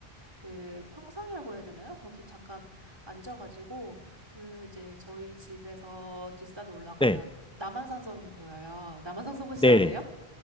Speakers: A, on the right (about 25°); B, in the centre.
A: 그 평상이라고 해야 되나요? 거기 잠깐 앉아가지고, 그 이제 저희 집에서 뒷산에 올라가면
B: 네,
A: 남한산성이 보여요. 남한산성 혹시
B: 네,
A: 아세요?
B: 네.